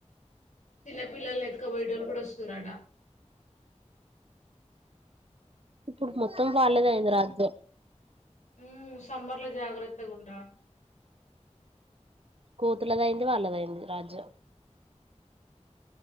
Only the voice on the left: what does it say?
చిన్న పిల్లల్ని ఎత్క బోయటోలు కూడా వస్తుర్ స్తురట
హు సమ్బర్ల జాగ్రత్త గుండాలి